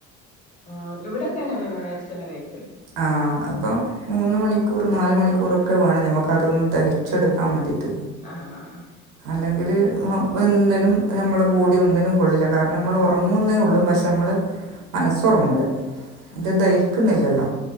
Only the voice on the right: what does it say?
ആ അപ്പൊ മൂന്ന് മണിക്കൂർ നാല് മണിക്കൂർ ക്കൂറൊക്ക വേണം നമുക്കതൊന്ന് ദഹിച്ചെടുക്കാൻ വേണ്ടിയിട്ട്
അല്ലെങ്കില് എന്തിനും നമ്മളെ ബോഡി ഒന്നിനും കൊള്ളില്ല കാരണം നമ്മള് ഉറങ്ങുംന്നേ ഉള്ളു പക്ഷെ നമ്മള് മനസ്സുറാങ്ങുലാഇത് ദഹിക്കുന്നില്ലല്ലോ